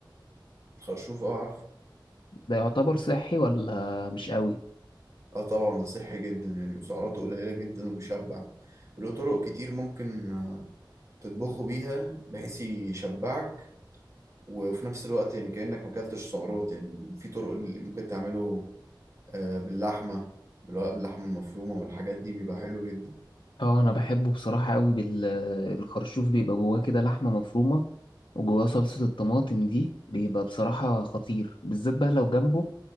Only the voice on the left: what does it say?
ده يعتبر صحي ولا مش قوي؟
اه أنا بحبه بصراحة قوي بالخرشوف بيبقى جواه كده لحمة مفرومة وجواه صلصة الطماطم دي بيبقى بصراحة خطير بالذات بقى لو جنبه